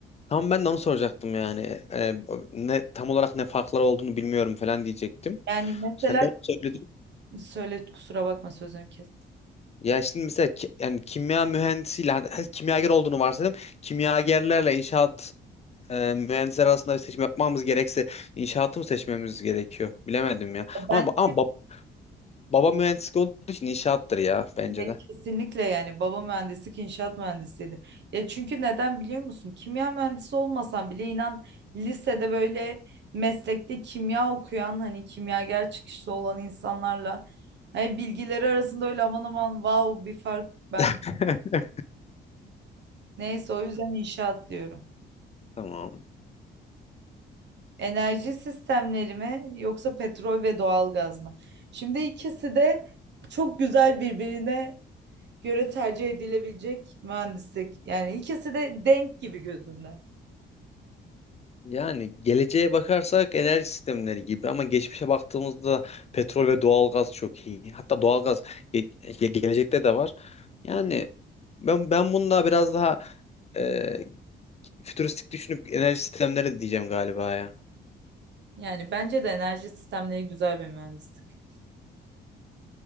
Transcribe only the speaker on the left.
Tam ben de onu soracaktım yani. Ee, ne tam olarak ne farkları olduğunu bilmiyorum falan diyecektim.
Sen de onu söyledin.
Ya şimdi mesela ki- yani kimya mühendisiyle hadi, hadi kimyager olduğunu varsayalım. Kimyagerlerle inşaat e, mühendisler arasında bir seçim yapmamız gerekse inşaatı mı seçmemiz gerekiyor? Bilemedim ya.
Ama ama bab- baba mühendislik olduğu için inşaattır ya bence
de.
<laughs>
Tamam.
Yani geleceğe bakarsak enerji sistemleri gibi ama geçmişe baktığımızda petrol ve doğalgaz çok iyi. Hatta doğalgaz ge- ge- gelecekte de var. Yani ben ben bununla biraz daha e, fütüristik düşünüp enerji sistemleri diyeceğim galiba ya.